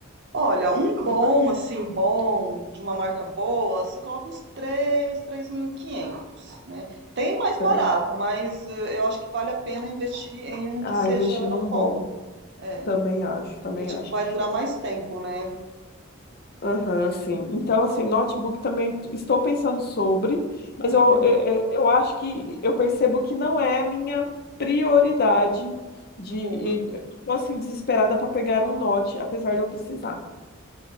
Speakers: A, on the right; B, on the left.
A: Olha, um bom, assim, bom, de uma marca boa, você coloca uns 3, quinhentos, né? Tem mais
B: três.
A: barato, mas eh, eu acho que vale a pena investir em um
B: Ah,
A: que seja
B: investir num
A: bom.
B: bom.
A: É,
B: Também acho, também
A: porque, tipo,
B: acho.
A: vai durar mais tempo, né?
B: Aham, sim. Então, assim, notebook também t- estou pensando sobre, mas
A: Uhum,
B: eu, eu, eu eu acho que eu percebo que não é a minha prioridade de,
A: sim.
B: estou assim, desesperada para pegar um note, apesar de eu precisar.